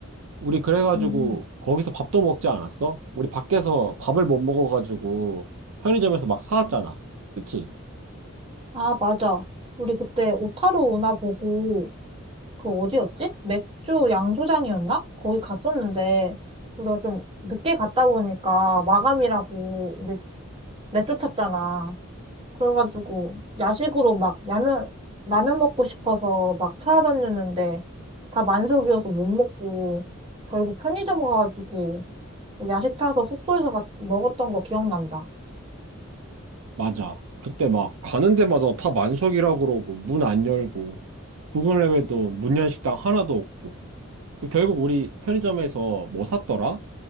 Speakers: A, on the right; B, on the right.
A: 우리 그래가지고
B: 음.
A: 거기서 밥도 먹지 않았어? 우리 밖에서 밥을 못 먹어가지고 편의점에서 막 사왔잖아. 그치?
B: 아, 맞아. 우리 그때 오타루 운하 보고 그 어디였지? 맥주 양조장이었나? 거기 갔었는데 우리가 좀 늦게 갔다 보니까 마감이라고 우리 내쫓았잖아. 그래가지고 야식으로 막 라면 라면 먹고 싶어서 막 찾아다녔는데 다 만석이어서 못 먹고 결국 편의점 가가지고 야식 사서 숙소에서 가- 먹었던 거 기억난다.
A: 맞아. 그때 막 가는 데마다 다 만석이라고 그러고 문 안 열고 구글 맵에도 문연 식당 하나도 없고 그 결국 우리 편의점에서 뭐 샀더라?